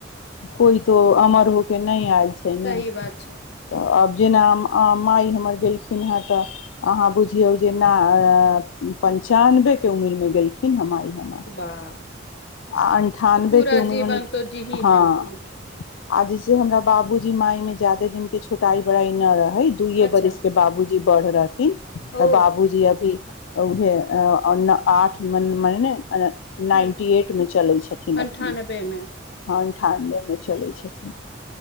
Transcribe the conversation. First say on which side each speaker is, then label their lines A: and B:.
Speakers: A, on the left; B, on the left.
A: कोइ तो अमर हो के ने आयल छै ने
B: सही बात छै
A: तऽ अब जेना अ माय हमर गेल खिन हय ते अहाँ बुझियौ जे ना अ पंचानबे के उमीरमे गेलखिन हय माई हमर
B: वाह
A: आ अन्ठानबेके
B: तऽ पूरा
A: उमीरमे
B: जीवन
A: ने
B: तो जी ही
A: हाँ।
B: लेलथिन
A: आ जैसे हमरा बाबूजी माय में ज्यदा दिन के छोटाई बड़ाई न रह हय दुयए
B: अच्छा
A: बरस के बाबूजी जी बढ़ राखी। तऽ
B: ओ
A: बाबू जी अभी अ उहे ए अन आठ मन मने ने अने नाइन्टी
B: ह
A: एटमे चलै छथिन
B: अन्ठानबे
A: अखनी
B: मे
A: हाँ ठानबेमे चलै छथिन।